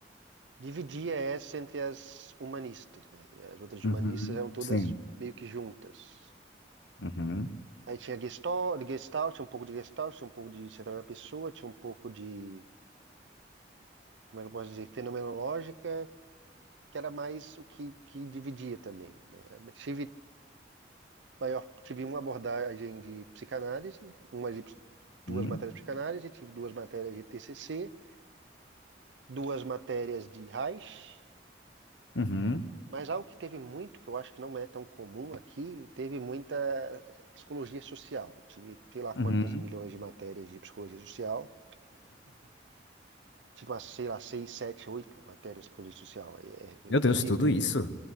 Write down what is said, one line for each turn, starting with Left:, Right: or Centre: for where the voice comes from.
Right: Dividia essa entre as humanistas, né? E as outras
Left: Uhum,
Right: humanistas eram todas
Left: sim.
Right: meio que juntas.
Left: Uhum,
Right: Aí tinha Gestalt, Gestalt, tinha um pouco de Gestalt, tinha um pouco de centrado na pessoa, tinha um pouco de, como é que eu posso dizer, fenomenológica, que era mais o que, que dividia também, né? Tive Daí eu tive uma abordagem de psicanálise, uma de ps- duas
Left: uhum,
Right: matérias de psicanálise, tive duas matérias de TCC, duas matérias de Reich,
Left: uhum,
Right: mas algo que teve muito, que eu acho que não é tão comum aqui, teve muita eh, psicologia social. Tive sei lá quantas
Left: uhum.
Right: milhões de matérias de psicologia social, tive umas, sei lá, seis, sete, oito matérias de psicologia social. É,
Left: Meu Deus,
Right: é- é ridículo
Left: tudo isso?
Right: até.